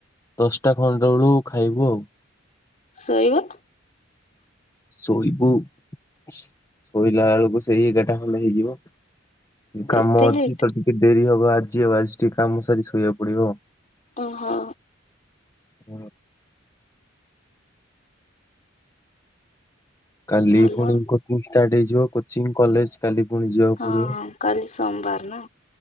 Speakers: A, on the left (about 15°); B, on the left (about 35°).
A: ଦଶଟା ଖଣ୍ଡ ବେଳୁ ଖାଇବୁ ଆଉ।
B: ଶୋଇବ?
A: ଶୋଇବୁ ଶୋଇଲା ବେଳକୁ ସେଇ ଏଗାରଟା ଖଣ୍ଡେ ହେଇଯିବ। ଟିକେ କାମ
B: ଏତେ
A: ଅଛି
B: ଲେଟ୍
A: ତ ଟିକେ ଡେରି ହବ ଆଜି ଆଉ ଆଜି ଟିକେ କାମ ସାରି ଶୋଇବାକୁ ପଡିବ।
B: ଓହୋ।
A: ଆଉ। କାଲି
B: ଭଲ
A: ପୁଣି କୋଚିଂ ଷ୍ଟାର୍ଟ ହେଇଯିବ କୋଚିଂ କଲେଜ। କାଲି ପୁଣି ଯିବାକୁ
B: ହଁ
A: ପଡିବ
B: କାଲି ସୋମବାର ନା